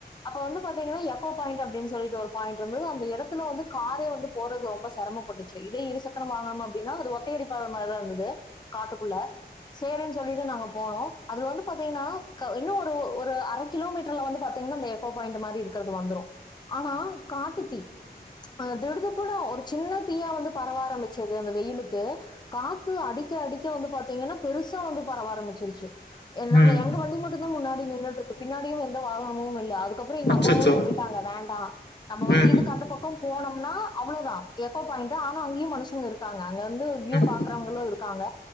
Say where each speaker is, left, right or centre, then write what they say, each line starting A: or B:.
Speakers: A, on the left; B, on the left.
A: அப்ப வந்து பாத்தீங்கன்னா எக்கோ பாய்ண்ட் அப்டின் சொல்லிட்டோத் பாய்ண்ட் ருந்தது அந்த எடத்துல வந்து காரே வந்து போறது ரொம்ப ச சிரமபட்டுச்சு இதே இருசக்கர வாகணம் அப்டின்னா அது ஒத்தையடிப்பாத மாரிதா இருந்தது காட்டுக்குள்ள சேரின்னு சொல்லி தா நாங்க போனோ அதுல வந்து பாத்தீங்கன்னா இன்னு ஒரு அர கிலோமீட்டர்ல வந்து பாத்தீங்கன்னா அந்த எக்கோ பாயிண்ட் மாதிரி இருக்குறது வந்துரு ஆனா காட்டுத்தீ அ-திடுதிப் புன்னு ஒரு சின்ன தீயா வந்து பரவ ஆரம்பிச்சது அந்த வெயிலுக்கு காத்து அடிக்க அடிக்க வந்து பாத்தீங்கன்னா பெருசா வந்து பரவ ஆரம்பிச்சிருச்சு
B: ம்
A: நாங்க எங்க வண்டி மட்டும் தா முன்னாடி நின்னுட்டு இருக்கு. பின்னாடியு எந்த வாகனமும் இல்ல. அதுக்கப்புறோ எங்க
B: அச்சச்சோ
A: அம்மாவும் சொல்லி டாங்க வேண்டா, நம்ம வந்து
B: ம்
A: இதுக்கு அந்த பக்கோ போனம்னா. அவ்ளோதா எக்கோ பாயிண்ட் ஆனா அங்கேயு மனுஷங்க இருக்காங்க. அங்க அங்க வியூ
B: ம்
A: பாக்கிறவங்களும் இருக்காங்க.